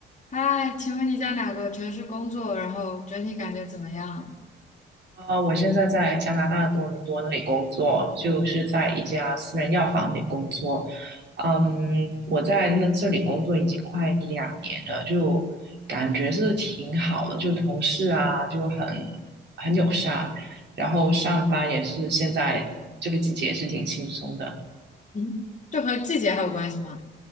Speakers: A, on the left; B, on the right.
A: 嗨，请问你在哪个城市工作？然后整体感觉怎么样？
B: 啊，我现在在加拿大的多伦多那里工作，就是在一家私人药房里工作。嗯，我在那这里工作已经快两年了，就感觉是挺好的，就同事啊就很很友善，然后上班也是现在这个季节也是挺轻松的。
A: 嗯，这和季节还有关系吗？